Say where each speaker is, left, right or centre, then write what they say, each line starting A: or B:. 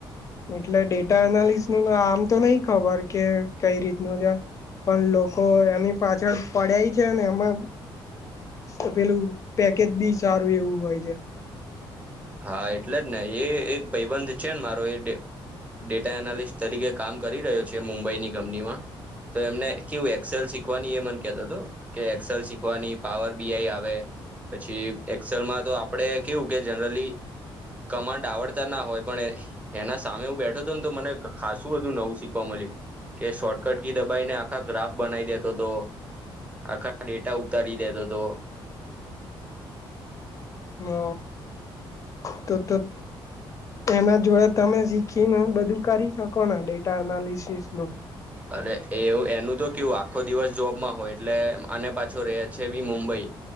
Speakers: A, on the left; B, on the right.
A: એટલે ડેટા એનાલિસનું આમ તો નહીં ખબર કે કઈ રીતનું છે પણ લોકો એની પાછળ પડાઈ છે ને એમાં અ પેલું પેકેજ બી સારું એવું હોય છે
B: હા એટલે જ ને એ એક ભઈબંધ છે ને મારો એ ડે ડેટા એનાલિસ્ટ તરીકે કામ કરી રહ્યો છે મુંબઈની કંપનીમાં તો એમને કેવું એક્સેલ શીખ શીખવાની એ મન કેતો તો કે એક્સેલ શીખવાની પાવર બીઆઈ આવે પછી એક્સેલમાં તો આપડે કેવું કે જનરલી કમાન્ડ આવડતા ના હોય પણ એના સામે હું બેઠો તો ને તો મને ખાસું બધું નવું શીખવા મળ્યું. કે શોર્ટકટ કી દબાઈને આખા ગ્રાફ બનાવી દેતો તો. આખા ડેટા ઉતારી દેતો તો.
A: હ અ તો ત. એના જોડે તમે શીખીને બધું કરી શકો ને ડેટા એનાલિસિસ નું
B: અરે એવું એનું તો કેવું આખો દિવસ જોબમાં હોય એટલે અને પાછો રે છે બી મુંબઈ